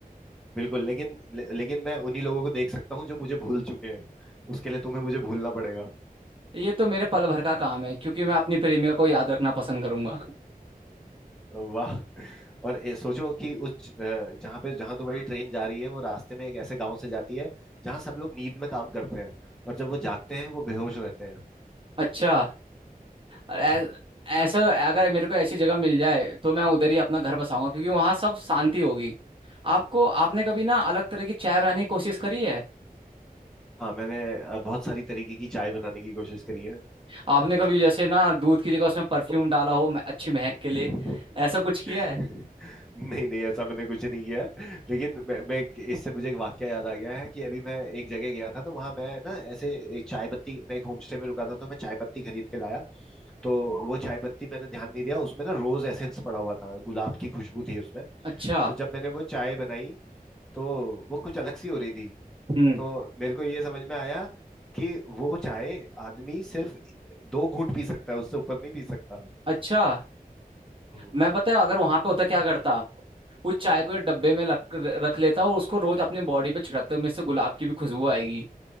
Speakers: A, in the centre; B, on the right (about 35°).
A: बिल्कुल लेकिन ले, लेकिन मैं उन्हीं लोगों को देख सकता हूँ जो मुझे भूल चुके हैं उसके लिए तुम्हें मुझे भूलना पड़ेगा
B: ये तो मेरे पल भर का काम है क्योंकि मैं अपनी प्रेमिका को याद रखना पसंद करूंगा
A: वाह और ए, सोचो कि उस अ, जहाँ पे जहाँ तो बड़ी ट्रेन जा रही है वो रास्ते में एक ऐसे गांव से जाती है जहाँ सब लोग नींद में काम करते हैं और जब वो जागते हैं वो बेहोश रहते हैं
B: अच्छा ऐ-
A: हम्म
B: ऐसा अगर मेरे को ऐसी जगह मिल जाए तो मैं उधर ही अपना घर बसाऊंगा क्योंकि वहां सब शांति होगी आपको आपने कभी ना अलग तरह की चाय बनाने की कोशिश करी है
A: हाँ मैंने अ, बहुत सारी तरीके की चाय बनाने की कोशिश करी
B: आपने कभी जैसे ना दूध की जगह उसमें परफ्यूम डाला हो म- अच्छी महक के लिए
A: है
B: ऐसा कुछ किया
A: नहीं
B: है
A: नहीं ऐसा मैंने कुछ नहीं किया है। लेकिन मैं, मैं एक- इससे मुझे एक वाक्य याद आ गया है कि अभी मैं एक जगह गया था तो वहां मैं ना ऐसे एक चाय पत्ती मैं एक होम स्टे में रुका था तो मैं चाय पत्ती खरीद के लाया तो वो चाय पत्ती मैंने ध्यान नहीं दिया उसमें ना रोज एसेंस पड़ा हुआ था गुलाब की खुशबू थी उसमें
B: अच्छा
A: तो जब मैंने वो चाय बनाई तो वो कुछ अलग सी हो रही थी
B: हम्म
A: तो मेरे को ये समझ में आया कि वो चाय आदमी सिर्फ दो घूंट पी सकता है उससे ऊपर नहीं पी सकता
B: अच्छा
A: हम्म
B: मैं पता है अगर वहां पे होता क्या करता उस चाय को एक डब्बे में रख रख लेता और उसको रोज अपनी बॉडी पे छिड़कता हूँ इससे गुलाब की भी खुशबू आएगी